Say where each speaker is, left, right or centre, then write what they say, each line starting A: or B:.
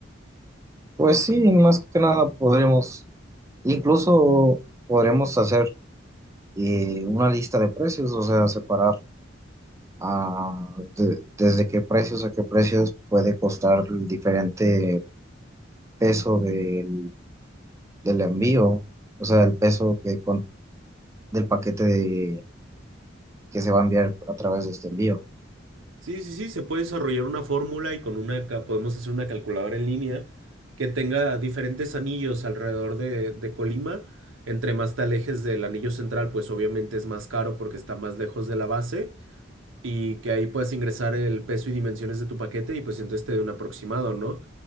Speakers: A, on the right; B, on the right.
A: Pues sí, más que nada podremos, incluso podremos hacer eh, una lista de precios, o sea, separar ah, de- desde qué precios a qué precios puede costar el diferente peso del, del envío, o sea, el peso que con- del paquete de- que se va a enviar a través de este envío.
B: Sí, sí, sí, se puede desarrollar una fórmula y con una ca- podemos hacer una calculadora en línea que tenga diferentes anillos alrededor de, de Colima. Entre más te alejes del anillo central, pues obviamente es más caro porque está más lejos de la base y que ahí puedas ingresar el peso y dimensiones de tu paquete y pues entonces te dé un aproximado, ¿no?